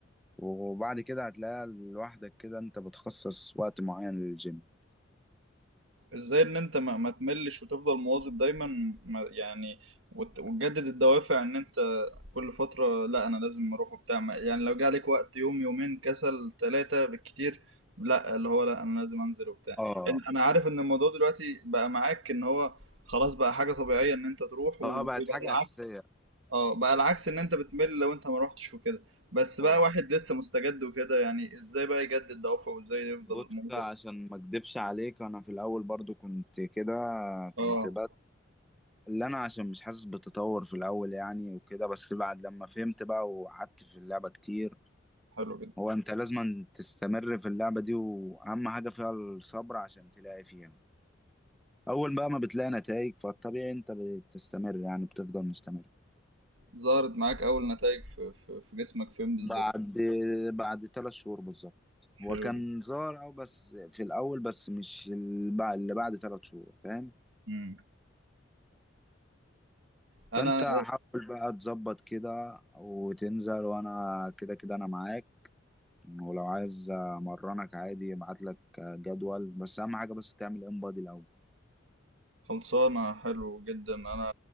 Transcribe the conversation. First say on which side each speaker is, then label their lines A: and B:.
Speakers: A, in the centre; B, on the right.
A: وبعد كده هتلاقي لوحدك كده انت بتخصص وقت معين للجيم
B: ازاي ان انت ما, ما تملش وتفضل مواظب دايما ما يعني وت- وتجدد الدوافع ان انت كل فترة لا انا لازم اروح وبتاع ما- يعني لو جه عليك وقت يوم يومين كسل ثلاثة بالكتير لا اللي هو لا انا لازم انزل وبتاع
A: اه
B: ان- انا عارف ان الموضوع دلوقتي بقى معاك ان هو خلاص بقى حاجة طبيعية ان انت تروح وبقى
A: اه بقت حاجة
B: العكس
A: أساسية
B: اه بقى العكس ان انت بتمل لو انت ما روحتش وكده بس
A: اه
B: بقى واحد لسه مستجد وكده يعني ازاي بقى يجدد دوافعه وازاي يفضل
A: بص
B: موظف
A: عشان ما اكدبش عليك انا في الاول برضو كنت كده
B: اه
A: كنت اللي انا عشان مش حاسس بتطور في الاول يعني وكده بس بعد لما فهمت بقى وقعدت في اللعبة كتير
B: حلو جدا
A: هو انت لازم تستمر في اللعبة دي واهم حاجة فيها الصبر عشان تلاقي فيها اول بقى ما بتلاقي نتائج فالطبيعي انت بتستمر يعني بتفضل مستمر
B: ظهرت معاك اول نتائج في, في, في جسمك فين بالظبط
A: بعد بعد ثلاث شهور بالظبط
B: حلو
A: هو كان
B: جدا
A: ظاهر او بس في الاول بس مش ال- بع- اللي بعد ثلاث شهور فاهم
B: مم. انا
A: فانت حاول بقى تظبط كده وتنزل وانا كده كده انا معاك ولو عايز امرنك عادي ابعت لك جدول بس اهم حاجه بس تعمل انبادي الاول
B: خلصانه حلو جدا انا